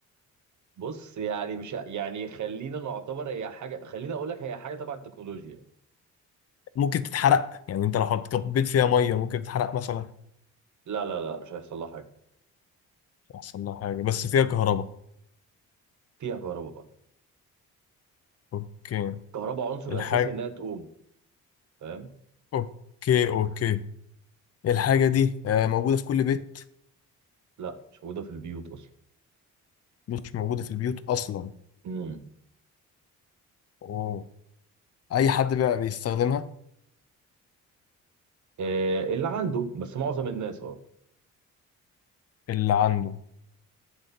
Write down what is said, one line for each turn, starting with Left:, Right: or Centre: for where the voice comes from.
Right: بص يعني مش ه- يعني خلينا نعتبر هي حاجه خلينا اقول لك هي حاجه تبع التكنولوجيا
Left: ممكن تتحرق يعني أنت لو حط كبيت فيها مية ممكن تتحرق مثلا
Right: لا لا لا مش هيحصل لها حاجه
Left: يحصل لها حاجة بس فيها كهرباء
Right: فيها كهرباء بقى
Left: أوكي
Right: كهرباء عنصر
Left: الحاجة
Right: اساسي انها تقوم فاهم
Left: أوكي أوكي الحاجة دي آه، موجودة في كل بيت
Right: لا مش موجوده في البيوت اصلا
Left: مش موجودة في البيوت أصلا
Right: امم
Left: أوه. أي حد بقى بيستخدمها
Right: آه اللي عنده بس معظم الناس اه
Left: اللي عنده